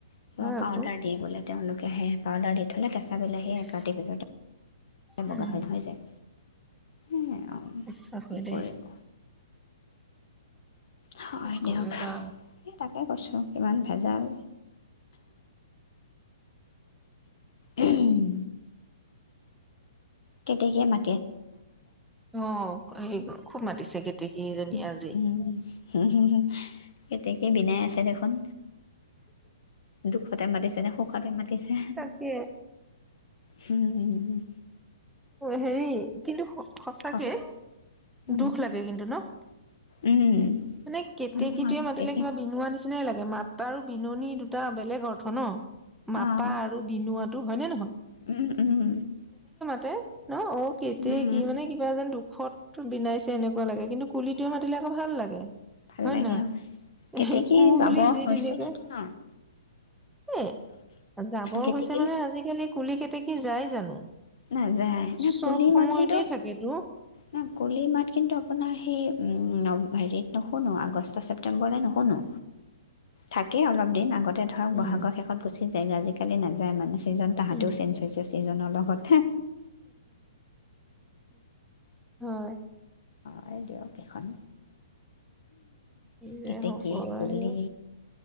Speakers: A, on the left; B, in the centre.
A: কিবা
B: হয় আকৌ
A: পাউদাৰ দিয়ে বোলে। তেওঁলোকে সে পাউদাৰ দি থ'লে কেঁচ কেচা বিলাহী
B: ইচ
A: এক ৰাতিৰ ভিতৰত্
B: উম
A: বগা হৈ হৈ যায়। এইয়া আৰু
B: সঁচা কৈ
A: কি
B: দেই
A: কৰিব? হয়
B: কি কৰিবা
A: দিয়ক এই তাকে কৈছোঁ। ইমান ভেজাল। উম। কেতেকীয়ে মা
B: অ' আহি গ'ল। খুব মাতিছে কেতেকীজনী
A: উ
B: আজি
A: উম উম উ। কেতেকীয়ে বিনায় আছে দেখোন। দুখতে মাতিছে নে সুখতে মাতিছে।
B: তাকে
A: হম।
B: হেৰি কিন্তু সঁচাকে
A: কওক উম
B: দুখ লাগে কিন্তু ন?
A: উম,
B: মানে কেতেকীটোৱে
A: উম, হয় কেতেকী
B: মাতিলে কিবা বিনোৱা নিচিনাই লাগে। মাত্ৰা আৰু বিননি দুটা বেলেগ অৰ্থ ন। মাতা
A: অ',
B: আৰু বিনুৱা। তটো হয় নে নহয়?
A: উম, উম।
B: তে ন অ কেতিয়
A: উম,
B: কি মানে কিবা এ যেন দুখত বিনাইছে এনেকুৱা লাগে কিন্তু কুলিটোৱে মাতিলে আকৌ ভাল লাগে
A: ভাল
B: হয়ে
A: লাগে
B: নহয়
A: অ', কেতেকী
B: এ কো
A: যাব
B: বুলি যি
A: হৈছে
B: ধুনীয়াকে
A: নেকি ন?
B: এ জাবৰ
A: কেতেকী
B: হৈছে মানে আজিকালি কুলি কেতে কি যায় জানো?
A: নাযায় ন
B: চব
A: কুলি
B: সময়তে
A: মাত কিন্তু
B: থাকেতো
A: ন কুলি মাত কিন্তু আপোনাৰ সেই হেৰিত নুশুনো আগষ্ট ছেপটেম্বৰলৈ নুশুনো থাকেই অলপ দিন আগত ধৰক
B: উম
A: বহাগৰ শেষত গুচি আজিকালি নাযায় মানে চিজন তাহাঁতেও
B: উম
A: চেঞ্ হৈ যায় <unintelligible> এইজনৰ লগত
B: হয়।
A: হয়, দিয়ক এখন
B: কি যে
A: কেতেকী,
B: হ'ব
A: কুলি
B: আৰু